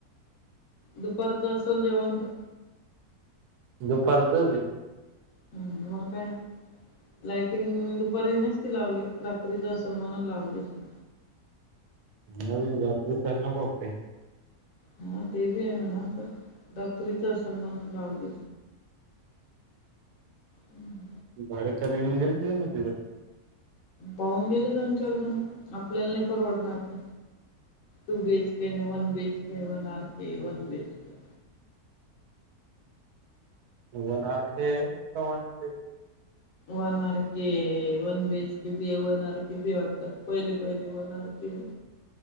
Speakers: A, on the left; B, on the right.
A: दुपारच असेल जेवण तर
B: दुपारचज हे.
A: हम्म मं काय? लाइटिंग दुपारी नस्ती लावली हो. रात्रीच असल म्हणुन लावली. असेल.
B: नवीन जात दिसायल नको का काही.
A: हा ते बी आहे म्हणा. पण रात्रीच्या हिशोबाने लावली. हम्म.
B: भाडेकरी येऊन गेलते की नाही तिथं.
A: पाहून गेले दोन-चार जण. आपल्याला नाही परवडणार ते. टू बी एच के नी one B H K. One R K. One B H K.
B: One R K का one B H
A: one R K. One बीच के बी हे वन आर केे बी हे वाटत. पहिले पहिले one R K हे.